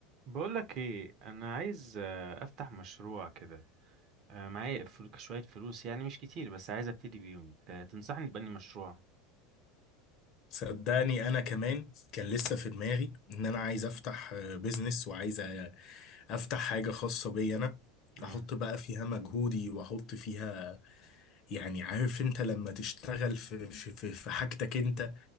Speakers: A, on the right (about 40°); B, on the left (about 40°).
A: بقولك ايه انا عايز آه، افتح مشروع كده آه، معايا فل- شوية فلوس يعني مش كتير بس عايز ابتدي بيهم ت- تنصحني بأني مشروع
B: صدقني انا كمان كان لسه في دماغي ان انا عايز افتح آه، بيزنس وعايز آه، افتح حاجه خاصه بي انا
A: امم
B: احط بقى فيها مجهودي واحط فيها يعني عارف انت لما تشتغل في في في في حاجتك انت